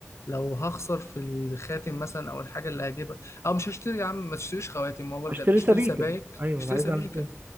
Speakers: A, on the left; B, on the right.
A: لو هخسر في الخاتم مثلا او الحاجه اللي هجيبها او مش هشتري يا عم ما تشتريش خواتم والله
B: اشتري
A: بجد اشتري
B: سبيكة
A: سبائك
B: ايوه
A: اشتري
B: انا عايز
A: سبيكه
B: اعمل كده